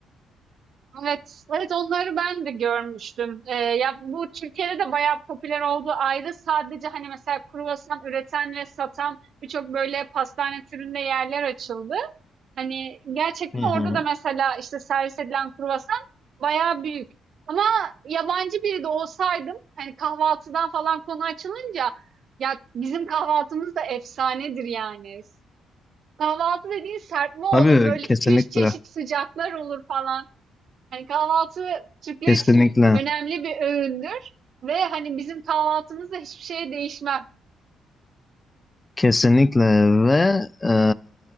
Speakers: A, on the right (about 60°); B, on the left (about 20°).
A: Evet, evet onları ben de görmüştüm. Ee, ya bu Türkiye'de de bayağı popüler oldu. Ayrı sadece hani mesela kruvasan üreten ve satan birçok böyle pastane türünde yerler açıldı. Hani gerçekten
B: Hı hı.
A: orada da mesela işte servis edilen kruvasan bayağı büyük. Ama yabancı biri de olsaydım hani kahvaltıdan falan konu açılınca ya bizim kahvaltımız da efsanedir yani. Kahvaltı dediğin serpme olur
B: Tabii
A: böyle
B: kesinlikle,
A: iki üç çeşit sıcaklar olur falan. Hani kahvaltı Türkler
B: kesinlikle,
A: için önemli bir öğündür ve hani bizim kahvaltımızda hiçbir şey değişmem.
B: kesinlikle ve e,